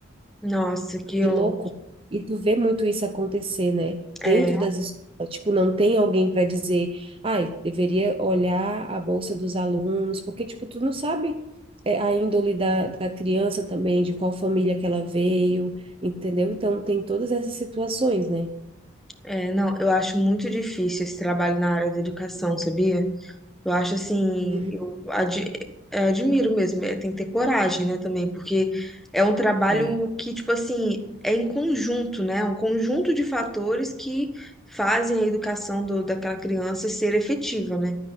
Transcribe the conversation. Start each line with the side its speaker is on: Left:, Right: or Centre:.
Centre: Nossa, que eu.
Right: de louco. E tu vê muito isso acontecer, né?
Centre: É,
Right: Dentro das escolas, tipo, não tem alguém para dizer, ai, deveria olhar a bolsa dos alunos, porque, tipo, tu não sabe é, a índole da, da criança também, de qual família que ela veio, entendeu? Então, tem todas essas situações, né?
Centre: é, não, eu acho muito difícil esse trabalho na área da educação, sabia? Eu acho assim,
Right: Uhum.
Centre: eu ad- eh, admiro mesmo, eh, tem que ter coragem, né, também, porque é um trabalho
Right: É.
Centre: que, tipo assim, é em conjunto, né? Um conjunto de fatores que fazem a educação do- daquela criança ser efetiva, né?